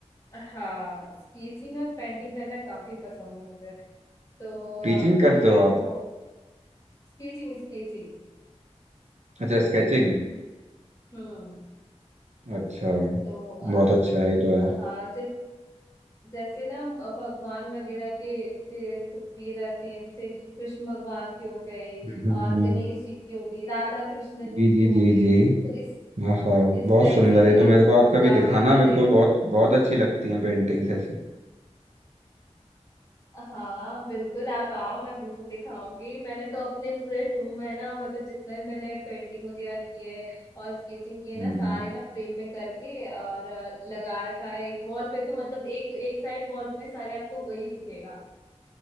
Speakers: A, on the left (about 30°); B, on the right (about 70°).
A: हाँ स्केचिंग और पेंटिंग करना काफी पसंद है मुझे तो अ,
B: टीचिंग करते
A: जैसे
B: हो आप
A: हो Sketching sketching
B: अच्छा स्केचिंग
A: हम्म
B: अच्छा
A: तो अ,
B: बहुत अच्छा है ये तो यार
A: हाँ जैसे ना अ, भगवान वगैरह के से तस्वीर रहती है जैसे कृष्ण भगवान की हो गई
B: हम्म, हम्म,
A: और
B: हम्म।
A: गणेश जी की हो गई राधा कृष्ण जी
B: जी
A: की
B: जी
A: हो
B: जी
A: गई
B: जी
A: तो इस
B: हाँ
A: इस
B: बहुत
A: टाइप
B: सुंदर
A: से भी
B: है
A: ना
B: तो मेरे को आप कभी
A: काफी
B: दिखाना
A: मैंने
B: मेरे
A: <laughs>
B: को बहुत बहुत अच्छी लगती हैं पेंटिंग्स ऐसी
A: हाँ बिल्कुल आप आओ मैं बिल्कुल दिखाऊंगी मैंने तो अपने पूरे रूम में ना मतलब जितने भी मैंने पेंटिंग वगैरह किए और स्केचिंग किए
B: हम्म
A: ना सारे ना फ्रेम में करके और अ, लगा रखा है एक वॉल पे तो मतलब एक एक साइड वॉल पे सारे आपको वही दिखेगा